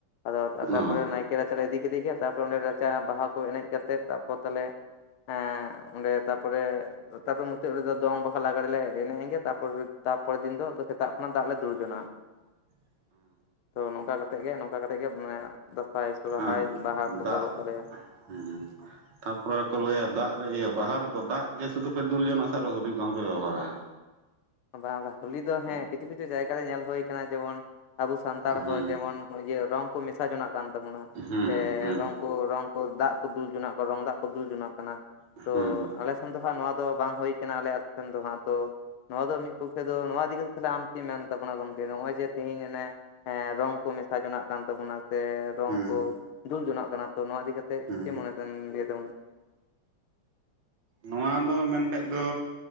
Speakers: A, on the left; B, on the right.
A: ᱟᱫᱚ
B: ᱚ
A: ᱛᱟᱯᱚᱨᱮ ᱱᱟᱭᱠᱮ ᱨᱟᱪᱟᱨ ᱞᱮ ᱤᱫᱤ ᱠᱮᱫᱮᱜ ᱜᱮ ᱛᱟᱯᱚᱨᱮ ᱚᱸᱰᱮ ᱨᱟᱪᱟ ᱵᱟᱦᱟ ᱠᱚ ᱮᱱᱮᱡ ᱠᱟᱛᱮᱜ ᱛᱟᱨᱯᱚᱨ ᱛᱟᱞᱞᱮ ᱦᱮᱸ ᱚᱸᱰᱮ ᱛᱟᱯᱚᱨᱮ ᱛᱟᱯᱚᱨ ᱢᱩᱪᱟᱹᱫ ᱨᱮᱫᱚ ᱫᱚᱝ ᱵᱟᱠᱷᱟᱱ ᱞᱟᱜᱽᱬᱞᱮ ᱮᱱᱮᱡ ᱮᱱᱜᱮ ᱛᱟᱨᱯᱚᱨ ᱛᱟᱨᱯᱚᱨᱮᱨ ᱫᱤᱱ ᱫᱚ ᱥᱮᱛᱟᱜ ᱠᱷᱚᱱᱟᱜ ᱫᱟᱜ ᱞᱮ ᱫᱩᱞᱡᱚᱱᱟᱜ-ᱟ
B: ᱟᱨ
A: ᱛᱚ ᱱᱚᱝᱠᱟ ᱠᱟᱛᱮᱫ ᱜᱮ ᱱᱚᱝᱠᱟ ᱠᱟᱛᱮᱫ ᱜᱮ ᱢᱟᱱᱮ ᱫᱟᱸᱥᱟᱭ ᱥᱚᱨᱦᱟᱭ
B: ᱟᱨ
A: ᱵᱟᱦᱟ ᱠᱚ
B: ᱫᱟᱜ
A: ᱛᱟᱵᱚᱜ ᱛᱟᱞᱮᱭᱟ
B: ᱦᱩᱸ ᱛᱟᱯᱚᱨᱮ ᱠᱚ ᱞᱟᱹᱭᱟ ᱫᱟᱜ ᱨᱮ ᱤᱭᱟᱹ ᱵᱟᱦᱟ ᱨᱮᱫᱚ ᱫᱟᱜ ᱜᱮ ᱥᱩᱫᱷᱩᱯᱮ ᱫᱩᱞ ᱡᱚᱱᱟᱜ-ᱟ ᱥᱮ ᱟᱨ ᱨᱮ ᱦᱩᱞᱤᱤ ᱠᱚᱦᱚᱸ ᱯᱮ ᱵᱮᱵᱚᱦᱟᱨᱟ
A: ᱵᱟᱝ ᱵᱟᱝ ᱦᱩᱞᱤ ᱫᱚ ᱦᱮᱸ ᱠᱤᱪᱷᱩ ᱠᱤᱪᱷᱩ ᱡᱟᱭᱜᱟ ᱨᱮ ᱧᱮᱞ ᱦᱩᱭ ᱟᱠᱟᱱᱟ ᱡᱮᱢᱚᱱ ᱟᱵᱚ ᱥᱟᱱᱛᱟᱲ
B: ᱦᱩᱸ
A: ᱦᱚᱸ ᱡᱮᱢᱚᱱᱤᱭᱟᱹ ᱨᱚᱝ ᱠᱚ ᱢᱮᱥᱟ ᱡᱚᱱᱟᱜ ᱠᱟᱱ ᱛᱟᱵᱚᱱᱟ
B: ᱦᱩᱸ ᱦᱩᱸ
A: ᱥᱮ ᱨᱚᱝ ᱠᱚ ᱨᱚᱝ ᱠᱚ ᱫᱟᱜ ᱠᱚ ᱫᱩᱞ ᱡᱚᱱᱟᱜ ᱠᱚ ᱨᱚᱝ ᱫᱟᱜ ᱠᱚ ᱫᱩᱞ ᱡᱚᱱᱟᱜ ᱠᱟᱱᱟ
B: ᱦᱩᱸ
A: ᱛᱚ
B: ᱦᱩᱸ
A: ᱟᱞᱮ ᱥᱮᱱ ᱫᱚ ᱦᱟᱸᱜ ᱱᱚᱣᱟ ᱫᱚ ᱵᱟᱝ ᱦᱩᱭ ᱠᱟᱱᱟᱟᱱᱟ ᱟᱞᱮ ᱟᱛᱳ ᱥᱮᱱ ᱫᱚ ᱦᱟᱸᱜ ᱛᱚ ᱱᱚᱣᱟ ᱫᱚ ᱢᱤᱫ ᱯᱚᱠᱠᱷᱮ ᱫᱚ ᱱᱚᱣᱟ ᱤᱫᱤ ᱠᱟᱛᱮ ᱛᱮ ᱟᱢ ᱪᱮᱫ ᱢᱮᱱ ᱛᱟᱵᱚᱱᱟ ᱜᱚᱝᱠᱮ ᱱᱚᱜᱚᱭ ᱡᱮ ᱛᱮᱦᱤᱧᱱᱮᱡ ᱦᱮᱸ ᱨᱚᱝ ᱠᱚ ᱢᱮᱥᱟ ᱡᱚᱱᱟᱜ ᱠᱟᱱ ᱛᱟᱵᱚᱱᱟ ᱥᱮ ᱨᱚᱝ
B: ᱦᱩᱸ
A: ᱠᱚ ᱫᱩᱞ ᱡᱚᱱᱟᱜ ᱠᱟᱱᱟ ᱛᱚ ᱱᱚᱣᱟ ᱤᱫᱤᱠᱟ ᱠᱟᱛᱮᱜ
B: ᱦᱩᱸ
A: ᱪᱮᱫ ᱢᱚᱱᱮ ᱛᱟᱢ ᱞᱟᱹᱭ ᱛᱟᱵᱚᱱᱟ
B: ᱱᱚᱣᱟ ᱫᱚ ᱢᱮᱱᱠᱷᱟᱡ ᱫᱚ